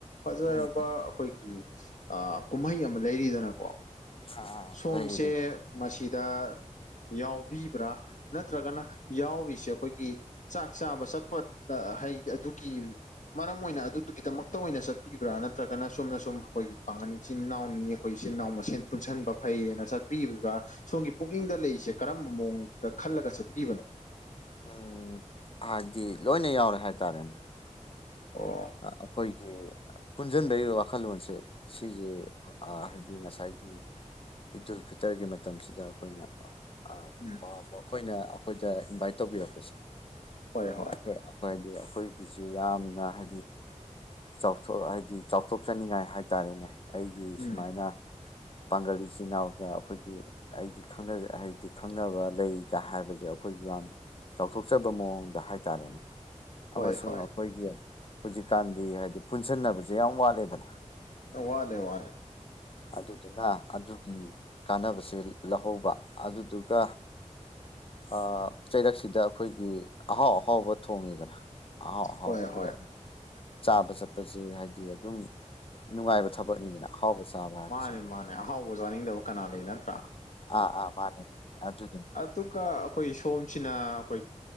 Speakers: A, on the left; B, on the left.
A: ꯐꯖꯔꯕ
B: ꯎꯝ
A: ꯑꯩꯈꯣꯏꯒꯤ ꯑ ꯀꯨꯝꯍꯩ ꯑꯃ ꯂꯩꯔꯤꯗꯅꯀꯣ
B: ꯑꯥ
A: ꯁꯣꯝꯁꯦ
B: ꯂꯩꯌꯦ ꯂꯩ
A: ꯃꯁꯤꯗ ꯌꯥꯎꯕꯤꯕ꯭ꯔꯥ ꯅꯠꯇ꯭ꯔꯒꯅ ꯌꯥꯎꯔꯤꯁꯦ ꯑꯩꯈꯣꯏꯒꯤ ꯆꯥꯛ ꯆꯥꯕ ꯆꯠꯄꯗ ꯍꯥꯏꯗꯤ ꯑꯗꯨꯒꯤ ꯃꯔꯝ ꯑꯣꯏꯅ ꯑꯗꯨꯗꯨꯒꯤꯗꯃꯛꯇ ꯑꯣꯏꯅ ꯆꯠꯄꯤꯕ꯭ꯔꯥ ꯅꯠꯇ꯭ꯔꯒꯅ ꯁꯣꯝꯅ ꯁꯨꯝ ꯑꯩꯈꯣꯏ ꯄꯥꯡꯒꯜ ꯏꯆꯤꯟ ꯏꯅꯥꯎꯅꯤ ꯑꯩꯈꯣꯏ ꯏꯆꯤꯟ ꯏꯅꯥꯎ ꯃꯁꯦꯟ ꯄꯨꯟꯁꯤꯟꯕ ꯐꯩꯌꯦꯅ ꯆꯠꯄꯤꯔꯤꯕ ꯁꯣꯝꯒꯤ ꯄꯨꯛꯅꯤꯡꯗ ꯂꯩꯔꯤꯁꯦ ꯀꯔꯝꯕ ꯃꯑꯣꯡꯗ ꯈꯜꯂꯒ ꯆꯠꯄꯤꯕꯅꯣ
B: ꯎꯝ ꯍꯥꯏꯗꯤ ꯂꯣꯏꯅ ꯌꯥꯎꯔꯦ ꯍꯥꯏꯇꯥꯔꯦ
A: ꯑꯣ
B: ꯑꯥ ꯑꯩꯈꯣꯏꯒꯤ ꯄꯨꯟꯖꯤꯟꯕꯒꯤ ꯋꯥꯈꯜꯂꯣꯟꯁꯦ ꯁꯤꯁꯦ ꯑꯥ ꯍꯥꯏꯗꯤ ꯉꯁꯥꯏꯒꯤ ꯏꯗꯨꯜ ꯐꯤꯇꯔꯒꯤ ꯃꯇꯝꯁꯤꯗ ꯑꯩꯈꯣꯏꯅ ꯑꯥ
A: ꯎꯝ
B: ꯑ ꯃꯈꯣꯏꯅ ꯑꯩꯈꯣꯏꯗ ꯏꯟꯚꯥꯏꯠ ꯇꯧꯕꯤꯔꯛꯄꯁꯦ
A: ꯍꯣꯏ ꯍꯣꯏ
B: ꯑꯩꯈꯣꯏ ꯈꯣꯏꯗꯤ ꯑꯩꯈꯣꯏꯒꯤꯁꯨ ꯌꯥꯝꯅ ꯍꯥꯏꯗꯤ ꯆꯥꯎꯊꯣꯛ ꯍꯥꯏꯗꯤ ꯆꯥꯎꯊꯣꯛꯆꯅꯤꯡꯉꯥꯏ ꯍꯥꯏꯇꯥꯔꯦꯅꯦ ꯑꯩꯒꯤ
A: ꯎꯝ
B: ꯁꯨꯃꯥꯏꯅ ꯄꯥꯡꯒꯜ ꯏꯆꯤꯟ ꯏꯅꯥꯎꯗ ꯑꯩꯈꯣꯏꯒꯤ ꯑꯩꯗꯤ ꯈꯪ ꯍꯥꯏꯗꯤ ꯈꯪꯅꯕ ꯂꯩꯒ ꯍꯥꯏꯕꯁꯦ ꯑꯩꯈꯣꯏꯁꯨ ꯌꯥꯝ ꯆꯥꯎꯊꯣꯛꯆꯕ ꯃꯑꯣꯡꯗ ꯍꯥꯏꯇꯥꯔꯦꯅꯦ
A: ꯍꯣꯏ
B: ꯑꯃꯁꯨꯡ
A: ꯍꯣꯏ
B: ꯑꯩꯈꯣꯏꯒꯤ ꯍꯧꯖꯤꯛꯀꯥꯟꯗꯤ ꯍꯥꯏꯗꯤ ꯄꯨꯟꯁꯟꯅꯕꯁꯦ ꯌꯥꯝ ꯋꯥꯠꯂꯤꯗꯅ꯫
A: ꯋꯥꯠꯂꯦ ꯋꯥꯠꯂꯦ
B: ꯑꯗꯨꯗꯨꯅ ꯑꯗꯨꯒꯤ ꯀꯥꯟꯅꯕꯁꯦ ꯂꯧꯍꯧꯕ ꯑꯗꯨꯗꯨꯒ ꯑ ꯆꯩꯔꯛꯁꯤꯗ ꯑꯈꯣꯏꯒꯤ ꯑꯍꯥꯎ ꯑꯍꯥꯎꯕ ꯊꯣꯡꯉꯤꯗꯅ ꯑꯍꯥꯎ ꯑꯍꯥꯎꯕꯁꯦ
A: ꯍꯣꯏ ꯍꯣꯏ
B: ꯆꯥꯕ ꯆꯠꯄꯁꯦ ꯍꯥꯏꯗꯤ ꯑꯗꯨꯝ ꯅꯨꯡꯉꯥꯏꯕ ꯊꯕꯛꯅꯤꯗꯅ ꯑꯍꯥꯎꯕ ꯆꯥꯕ ꯍꯥꯏꯕꯁꯦ
A: ꯃꯥꯅꯦ ꯃꯥꯅꯦ ꯑꯍꯥꯎꯕ ꯆꯥꯅꯤꯡꯗꯕ ꯀꯅꯥ ꯂꯩ ꯅꯠꯇ꯭ꯔꯥ
B: ꯑꯥ ꯑꯥ ꯃꯥꯅꯦ ꯑꯗꯨ
A: ꯑꯗꯨꯒ ꯑꯈꯣꯏ ꯁꯣꯝꯁꯤꯅ ꯑꯈꯣꯏ